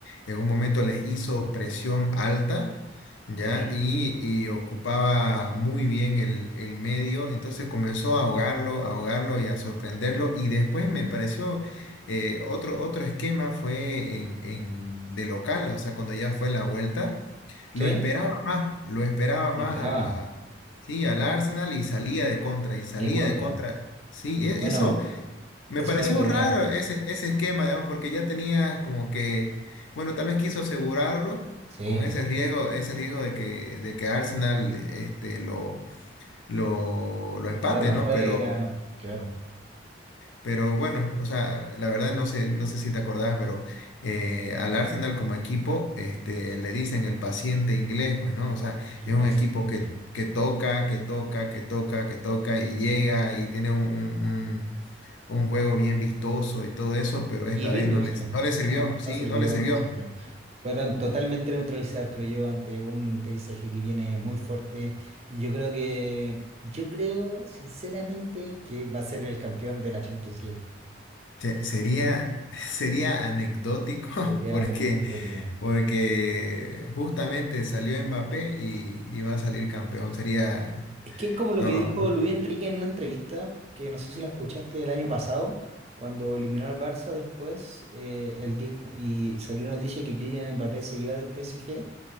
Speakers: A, on the left; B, on the right.
A: en un momento les hizo presión alta, ¿ya?
B: Sí,
A: Y, y ocupaba muy bien el, el medio, entonces comenzó a ahogarlo, a ahogarlo y a sorprenderlo, y después me pareció... eh, otro, otro esquema fue en, en- de local, o sea, cuando ya fue la vuelta, lo
B: sí,
A: esperaba más, lo esperaba más
B: lo esperaba,
A: a, a- sí, al
B: sí,
A: Arsenal y salía de contra, y salía
B: de contra.
A: de contra. Sí,
B: Y
A: e-
B: bueno,
A: eso, me
B: eso
A: pareció
B: era lo que tenía
A: raro
B: que hacer.
A: ese, ese esquema, digamos, porque ya tenía como que, bueno, tal vez quiso asegurarlo
B: Sí,
A: con ese riesgo, ese riesgo de que, de que Arsenal este, lo, lo, lo empate,
B: para afuera,
A: ¿no? Pero,
B: claro,
A: pero bueno, o sea, la verdad no sé, no sé si te acordás, pero eh, al Arsenal como equipo este, le dicen el paciente inglés, pues, ¿no? O sea,
B: el
A: es un
B: paciente.
A: equipo que, que toca, que toca, que toca, que toca y llega y tiene un, un- un- un juego bien vistoso y todo eso, pero esta
B: Y lindo,
A: vez no
B: sí.
A: les, no les sirvió,
B: No,
A: sí,
B: no sirvió,
A: no les sirvió.
B: no sirvió. Fueron totalmente neutralizados, creo yo, ante un paisaje que viene muy fuerte. Y yo creo que, yo creo sinceramente que va a ser el campeón de la Champions League.
A: Se- sería, <laughs> sería anecdótico
B: Sería
A: <laughs> porque,
B: muy anecdótico.
A: porque justamente salió Mbappé y, y va a salir campeón. Sería,
B: Es que es como lo
A: no,
B: que dijo Luis Enrique en una entrevista, que no sé si la escuchaste el año pasado, cuando eliminó al Barça después, eh, él dijo- y salió noticia que Kylian Mbappé se iba del PSG